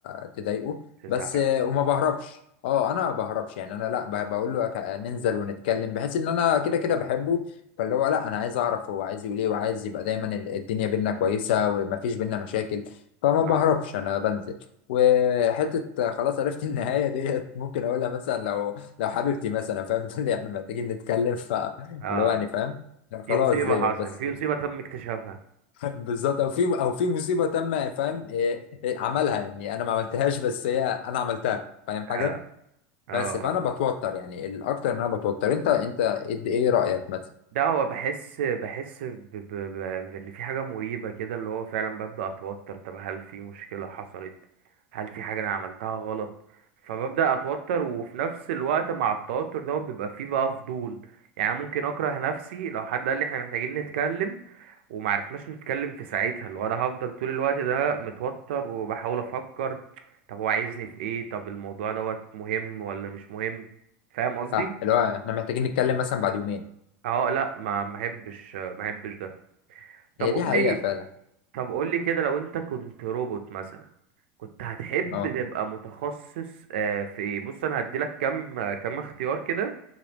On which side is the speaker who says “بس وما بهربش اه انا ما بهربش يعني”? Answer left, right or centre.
Left